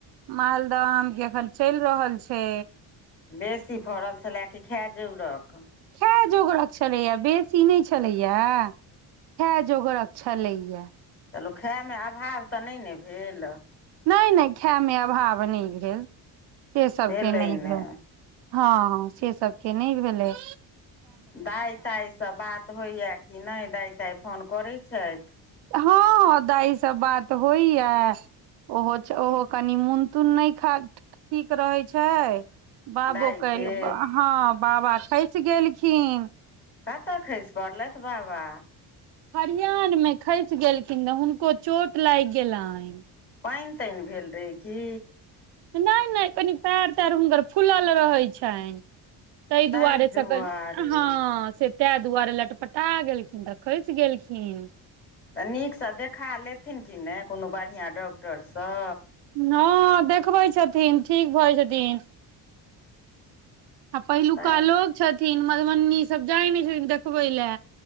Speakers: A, on the right; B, on the left.
A: मालदह आम एखन चैल रहल छै‌।
B: बेसी फड़ल छला की खै जोगरक।
A: खै जोगरक छलैया बेसी नै छलैया। खै जोगरक छलैया।
B: चलू खाय में अभाव तऽ नै ने भेल।
A: नै नै खै में अभाव नै भेल से सब
B: भेलै
A: केँ नै
B: ने
A: भेल। हँ से सब केँ नै भेलैय।
B: दाय ताइ सँ बात होइए कि नै दाय ताइ फोन करैत छैथ
A: हँ दाय स बात होइया। ओहो ओहो कनि मून तून नै खा ठीक रहै छैय। बाबो
B: दाइके
A: काइल हँ बाबा खैस गेलखिन।
B: कऽ तऽ खैस पड़लाथ बाबा।
A: खरियान में खैस गेलखिन रह हुनको चोट लाइग गेलैन
B: पाइन ताइन भेल रहैय की।
A: नै नै कनि पैर तैर हुनकर फुलल रहैय छैन। तैय
B: ताहि
A: दुआरे <unintelligible>
B: दुआरे
A: तै दुआरे लटपटा गेलखिन तऽ खैस गेलखिन।
B: तऽ नीकस देखा लेथिन कि ना कोनो बढ़िआ डॉक्टर सऽ।
A: हॅं देखबैय छथिन ठीक भऽ जतिन। <inaudible> आ पहिलुका
B: तैँ
A: लोक छथिन मधुबनी सब जाय नै छथिन देखबैय लै।